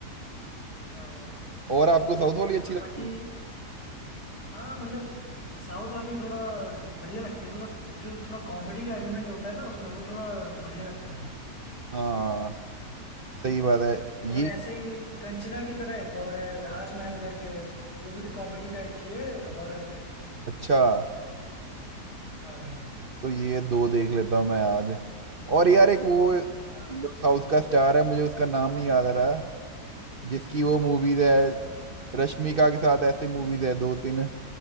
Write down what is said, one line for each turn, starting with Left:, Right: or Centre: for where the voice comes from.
Left: हाँ भाई
Right: और आपको साउथ वाली अच्छी
Left: और
Right: लगती
Left: बाकी
Right: है
Left: हाँ मतलब साउथ वाली थोड़ा बढ़िया लगती है मतलब जो थोड़ा कॉमेडी का एलिमेंट होता है ना उसमें वो थोड़ा बढ़िया लगता है
Right: हाँ सही बात है
Left: और
Right: ये
Left: ऐसे ही कंचना की तरह एक और है राजमहल करके है, वो भी कॉमेडी टाइप की है हॉरर में
Right: अच्छा
Left: हाँ भाई
Right: तो ये दो देख लेता हूँ मैं आज और यार एक वो
Left: हाँ भाई
Right: साउथ का स्टार है मुझे उसका नाम नहीं याद आ रहा जिसकी वो मूवीज है
Left: साउथ
Right: रश्मिका के साथ ऐसी मूवीज है दो तीन